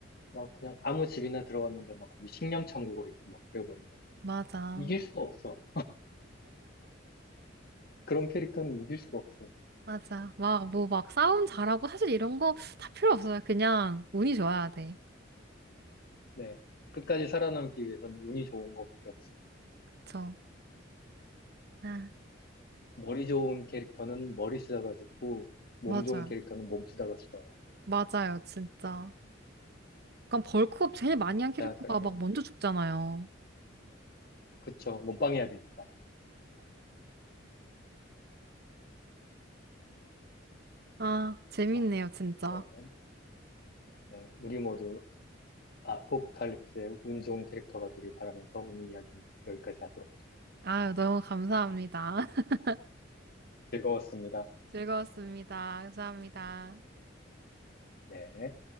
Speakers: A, on the left (about 55°); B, on the right (about 55°).
A: 막 그냥 아무 집이나 들어갔는데 막 거기 식량 창고가 있고 막 그래버리면
B: 맞아.
A: 이길 수가 없어. 그런 캐릭터는 이길 수가 없어.
B: 맞아. 막, 뭐, 막 싸움 잘하고 사실 이런 거 다 필요 없어요. 그냥 운이 좋아야 돼.
A: 네. 끝까지 살아남기 위해선 운이 좋은 것밖에 없어요.
B: 그쵸. 아,
A: 머리 좋은 캐릭터는 머리 쓰다가 죽고, 몸
B: 맞아요.
A: 좋은 캐릭터는 몸 쓰다가 죽어요.
B: 맞아요, 진짜. 약간 벌크업 제일 많이 한 캐릭터가
A: 자, 그러면,
B: 막 먼저 죽잖아요.
A: 그쵸. 몸빵해야 되니까.
B: 아, 재밌네요,
A: 자,
B: 진짜.
A: 그러면, 네. 우리 모두 아포칼립스의 운 좋은 캐릭터가 되길 바라면서 오늘 이야기 여기까지 하도록 하죠.
B: 아유, 너무 감사합니다. <laughs>
A: 즐거웠습니다.
B: 즐거웠습니다. 감사합니다.
A: 네.